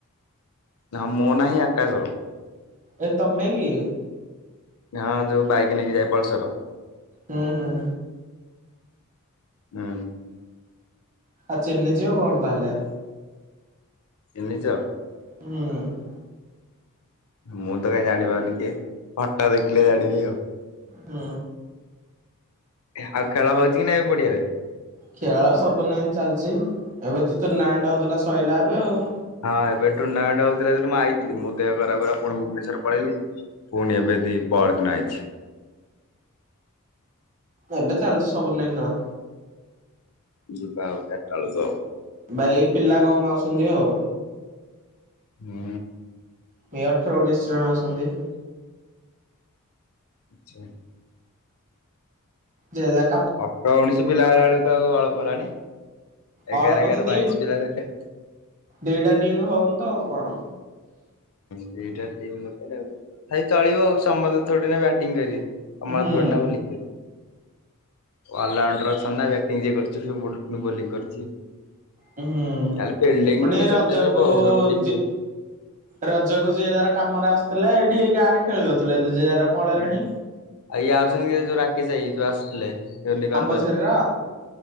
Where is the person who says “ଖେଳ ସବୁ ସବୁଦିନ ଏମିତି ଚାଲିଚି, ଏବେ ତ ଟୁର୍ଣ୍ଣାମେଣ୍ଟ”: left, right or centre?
Right